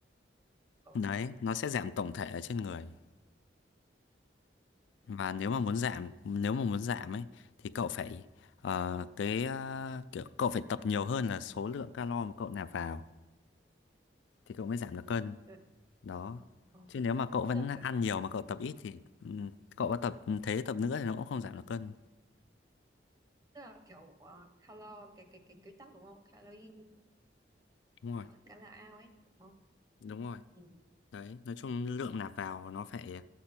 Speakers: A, on the right; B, on the left.
A: ờ,
B: Đấy,
A: công nhận
B: nó sẽ giảm tổng thể ở trên người. Và nếu mà muốn giảm, nếu mà muốn giảm ấy thì cậu phải ờ, cái ờ, kiểu cậu phải tập nhiều hơn là số lượng calo mà cậu nạp vào thì cậu mới giảm được cân.
A: Ờ,
B: Đó.
A: ờ, ờ.
B: Chứ nếu mà cậu vẫn
A: tức là kiểu
B: ăn nhiều mà cậu tập ít thì ừ, cậu có tập ừ, thế tập nữa thì nó cũng không giảm được cân.
A: tức là kiểu uh, calor cái cái cái quy tắc đúng không calorie uh,
B: Đúng rồi,
A: calo out ấy đúng không
B: đúng rồi.
A: ừ.
B: Đấy, nói chung lượng nạp vào nó phải